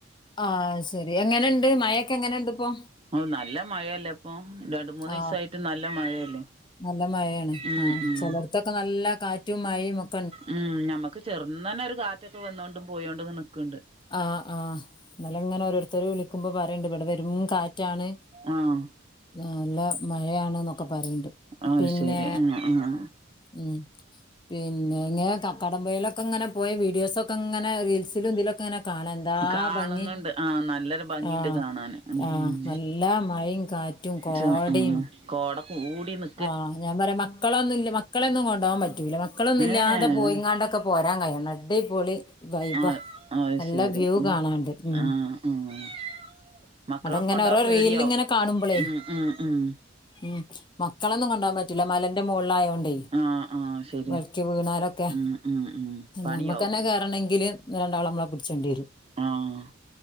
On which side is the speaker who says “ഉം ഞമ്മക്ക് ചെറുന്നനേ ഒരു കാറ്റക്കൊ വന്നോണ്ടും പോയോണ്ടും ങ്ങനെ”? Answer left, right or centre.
Right